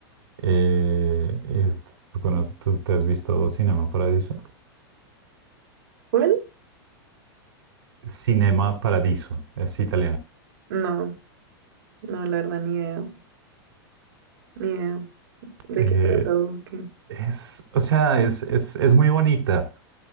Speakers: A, on the right (about 85°); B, on the right (about 65°).
A: Eh, es- ¿tú, conoces- tú te has visto Cinema Paradiso?
B: ¿Cuál?
A: Cinema Paradiso, es italiano.
B: No, no, la verdad, ni idea, ni idea de
A: Eh,
B: qué trata o qué.
A: es, o sea, es, es, es muy bonita,